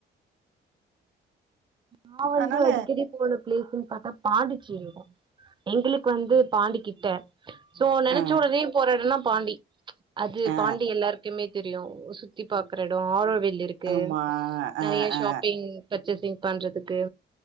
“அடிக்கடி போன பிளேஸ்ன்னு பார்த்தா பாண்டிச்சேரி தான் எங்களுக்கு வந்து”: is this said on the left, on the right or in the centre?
Right